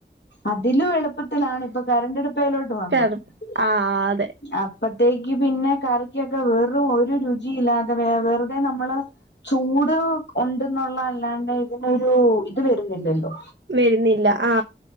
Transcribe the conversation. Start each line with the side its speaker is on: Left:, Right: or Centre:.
Left: അതിലും എളുപ്പത്തിലാണ് ഇപ്പൊ കറണ്ടടുപ്പെലോട്ട് വന്നത്.
Right: ആഹ്
Left: അ
Right: അതെ
Left: അപ്പത്തേക്ക് പിന്നെ കറിക്കൊക്കെ വെറും ഒരു രുചിയില്ലാതെ വേ വെറുതെ നമ്മള്. ചൂട് ഒണ്ടെന്നുള്ളല്ലാണ്ട് ഇതിനൊരു ഇത് വരുന്നില്ലല്ലോ.
Right: വരുന്നില്ല ആ.